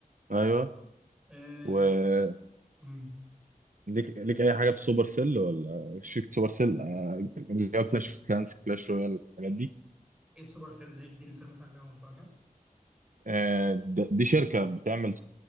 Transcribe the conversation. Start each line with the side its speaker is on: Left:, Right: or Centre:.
Right: ايوه
Centre: آه،
Right: وليك
Centre: امم
Right: ليك اي حاجه في سوبر سيل ولا شركه سوبر سيل يعني اللي هو كلاش اوف كلانس كلاش رويال الحاجات دي
Centre: ايه السوبر سيل زي اديني مثال مثلا لعبه مشهوره كده
Right: آه، د- دي شركة بتعمل